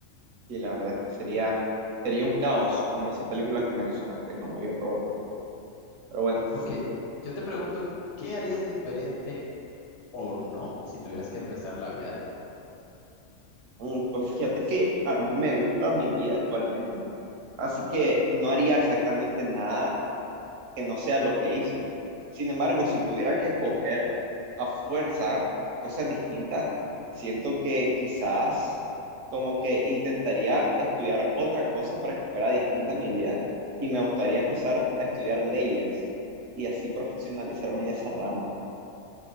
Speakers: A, on the right; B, on the left.
A: y la verdad es que sería, sería un caos como esa película que mencionaste, como Yo Robot. Pero bueno.
B: Ok, yo te pregunto, ¿qué harías diferente o no si tuvieras que empezar la vida de nuevo?
A: Mm, Pues fíjate que a mí me gusta mi vida actualmente, así que no haría exactamente nada que no sea lo que hice. Sin embargo, si tuviera que escoger a fuerza cosas distintas, siento que quizás como que intentaría estudiar otra cosa para que fuera distinta a mi vida y me gustaría empezar a estudiar leyes y así profesionalizarme en esa rama.